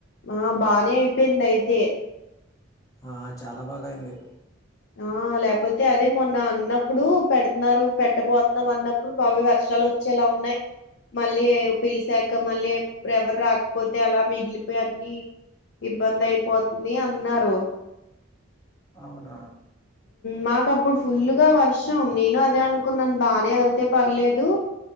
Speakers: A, on the left (about 60°); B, on the left (about 15°).
A: ఆ బానే అయిపోయింది. అయితే
B: ఆ చాలా బాగా అయింది.
A: ఆ లేకపోతే అదే మొన్న అన్నప్పుడు పెడుతున్నారు. పెట్టపోతున్నాం. అన్నప్పుడు ఇప్పుడు బావి వర్షాలు వచ్చేలా ఉన్నాయి మళ్ళీ పిలిసా ఇంక మళ్ళీ ఎవరు రాకపోతే అలా మిగిలిపోయి అన్ని ఇబ్బంది అయిపోతుంది. అన్నారు
B: అవునా
A: మాక అప్పుడు ఫుల్ గా వర్షం నేను అదే అనుకున్నాను బానే అయితే పర్లేదు